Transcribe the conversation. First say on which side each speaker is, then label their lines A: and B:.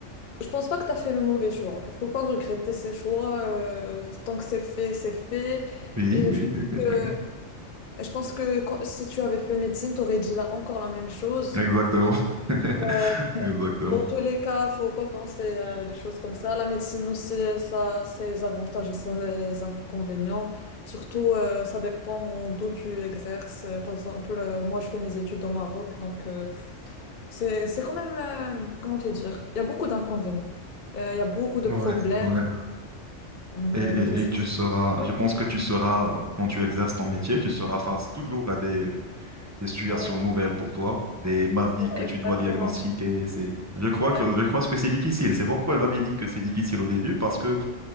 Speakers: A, on the left (about 50°); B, on the right (about 15°).
A: je pense pas que tu as fait le mauvais choix. Il faut pas regretter ses choix. euh, tant que c'est fait, c'est fait.
B: Oui,
A: Et
B: oui,
A: je pense
B: oui,
A: que,
B: oui.
A: je pense que quand- si tu avais fait médecine, tu aurais dit là, encore la même chose.
B: Exactement. <laughs>
A: Euh,
B: Exactement.
A: dans tous les cas, faut pas penser à des choses comme ça. La médecine aussi, euh, ça a ses avantages et ses inconvénients. Surtout, euh, ça dépend d'où tu exerces. Euh, Par exemple, euh, moi, je fais mes études au Maroc, donc euh, c'est c'est quand même, euh, comment te dire, il y a beaucoup d'inconvénients. Euh, Il y a beaucoup de
B: Ouais,
A: problèmes.
B: ouais.
A: Euh,
B: Et,
A: rest-
B: et tu seras,
A: Oui,
B: je pense que tu seras, quand tu exerces ton métier, tu seras face toujours à des des situations
A: oui,
B: nouvelles pour toi, des maladies
A: Ouais,
B: que tu dois
A: exactement.
B: diagnostiquer. C'est, je crois
A: Ouais.
B: que, je crois que c'est difficile. C'est pourquoi j'avais dit que c'est difficile au début, parce que,